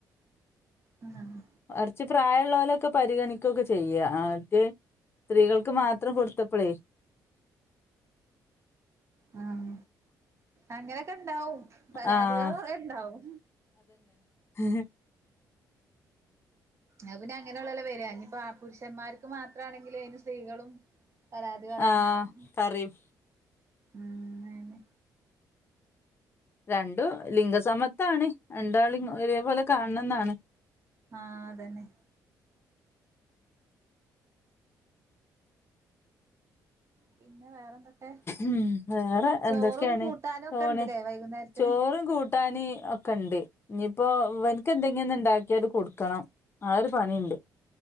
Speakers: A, on the right; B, on the left.
A: ആഹ്
B: കുറച്ച് പ്രായ ഇന്നാലൊക്കെ പരിഗണിക്കൊക്കെ ചെയ്യാ ആദ്യ സ്ത്രീകൾക്ക് മാത്രം കൊടുത്തപ്പളേ
A: ആഹ അങ്ങനെയൊക്കെണ്ടാവും പരാതികൾ
B: ആഹ്
A: കൊറെണ്ടാവും
B: ഹ
A: അത് പിന്നെ അങ്ങനെയുള്ളല്ലോ വരാ ഇനിപോ പുരുഷന്മാർക്ക് മാത്രമാണെങ്കില് അതിന് സ്ത്രീകളും പരാതി പറയണ്ടാവും
B: ആഹ് പറയും
A: ഉം അതെ
B: രണ്ടു ലിംഗ സമത്താണ്. രണ്ടാളിം ഒരേപോലെ കാണണംന്നാണ്.
A: ആഹ് അതന്നെ പിന്നെ വേറെന്തൊക്കെ
B: ഉം വേറെ
A: ചോറും
B: എന്തൊക്കെയാണ്
A: കൂട്ടാനും ഒക്കെ
B: പോണ്
A: ഇണ്ട്ല്ലേ വൈകുന്നേരത്തിന്
B: ചോറും കൂട്ടാന് ഒക്കെ ഇണ്ട്. ഇനിയിപ്പോ ഇവൻക്ക്‌ എന്തെങ്കിലും ഒന്ന് ഇണ്ടാക്കിട്ട് കൊടുക്കണം ആ ഒരു പണിയുണ്ട്